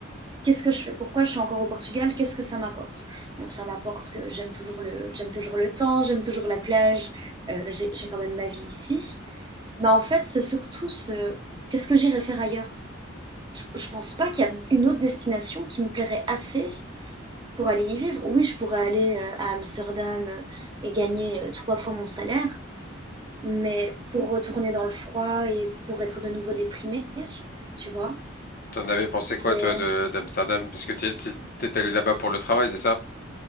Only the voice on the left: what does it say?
T'en avais pensé
quoi, toi, de d'Amsterdam? Parce que t'es t'es- t'es allé là-bas pour le travail, c'est ça?